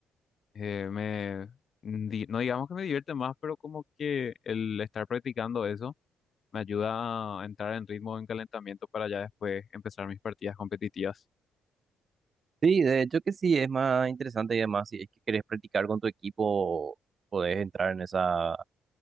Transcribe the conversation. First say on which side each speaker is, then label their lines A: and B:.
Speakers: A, on the left (about 50°); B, on the right (about 45°).
A: Eh, me, di- no digamos que me divierte más, pero como que el estar practicando eso. me ayuda a entrar en ritmo, en calentamiento para ya después empezar mis partidas competitivas.
B: Sí, de hecho que sí, es más interesante y además si es que querés practicar con tu equipo, podés entrar en esa